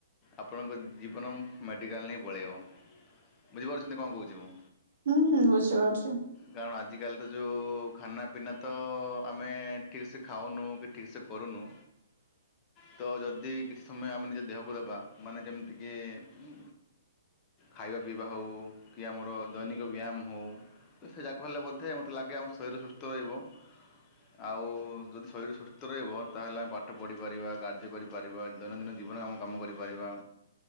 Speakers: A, on the left (about 25°); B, on the right (about 60°).
A: ଆପଣଙ୍କ ଜୀବନ ମେଡ଼ିକାଲ ହିଁ ପଳାଇବ ବୁଝିପାରୁଛନ୍ତି କଣ କହୁଛି ମୁଁ
B: ହୁଁ ହୁଁ ବୁଝିପାରୁଛୁ
A: କାରଣ ଆଜିକାଲି ତ ଯେଉଁ ଖାନା ପିନା ତ ଆମେ ଠିକ ସେ ଖାଉନୁ କି ଠିକ୍ସେ କରୁନୁ
B: <inaudible>
A: ତ ଯଦି କିଛି ସମୟ ଆମେ ନିଜ ଦେହକୁ ଦେବା ମାନେ ଯେମିତିକି ଉ ଖାଇବା ପିଇବା ହେଉ କି ଆମର ଦୈନିକ ବ୍ୟାୟାମ ହେଉ ତ ସେ ଯାକ ହେଲେ ବୋଧେ ମୋତେ ଲାଗେ ଆମ ଶରୀର ସୁସ୍ଥ ରହିବ ଆଉ ଯଦି ଶରୀର ସୁସ୍ଥ ରହିବ ତାହେଲେ ଆମେ ପାଠ ପଢ଼ିପାରିବା କାର୍ଯ୍ୟ କରିପାରିବା ଦୈନନ୍ଦିନ ଜୀବନରେ ଆମେ କାମ କରିପାରିବା